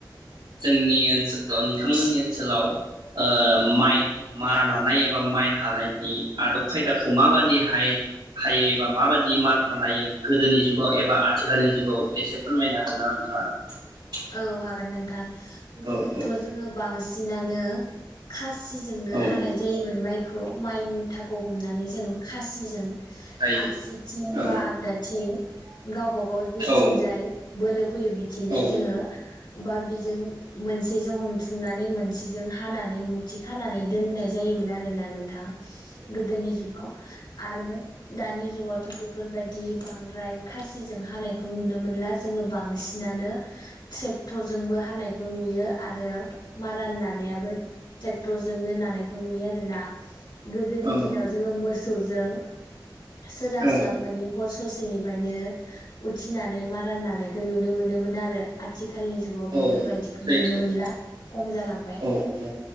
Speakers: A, on the right; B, on the left.
A: जोंनि ओनसोलाव नोंथांमोननि ओनसोलाव ओ माइ मारा नानाय एबा माइ हानायनि आदब खायदाखौ माबादियै हाय हायो एबा माबायदि मारा नायो गोदोनि जुगाव एबा आथिखालनि जुगाव एसे फोरमायना हागोनना नोंथाङा।
B: औ हागोन नोंथां। गोदोथ'
A: औ औ
B: जोङो बांसि सिनानो खास सिजोंनो
A: औ
B: हानाय जायोमोन माइख थुआव माइ मुथाखौ हमना निजों खासिजों
A: हायो
B: आगसिथिं
A: औ
B: बा आगदाथिं गावबा गाव जेथिंजाय
A: औ
B: बोलो फोयो बिथिंजाय
A: नंगौ
B: जोङो बा बिजों मोनसेजों हमथुमनानै मोनसेजों हानानै मु थि खानानै दोननाय जायोमोन आरो। होना नोंथां। गोदोनि जुगाव आरो दानि जुगावथ' बेफोरबायदि बांद्राय खासिजों हानायखौ नुनो मोनला जोङो बांसिनानो ट्रेक्टरजोंबो हानायखौ नुयो आरो मारान नानायाबो ट्रेक्टरजोंनो नानायखौ नुयो आरो ना। गोदोनि
A: औ
B: दिनाव जोङो मोसौ जों। सोरांस्लाब
A: औ
B: मोनि हर ससेनिफ्रायनो उथिनानै मारान नानायखौ नुनो मोनोमोन आरो। रो आथिख खालनि जुगाव
A: औ
B: बेफोरबायदिखौ
A: सैथो
B: नुनो मोनला कम जालांबाय
A: औ औ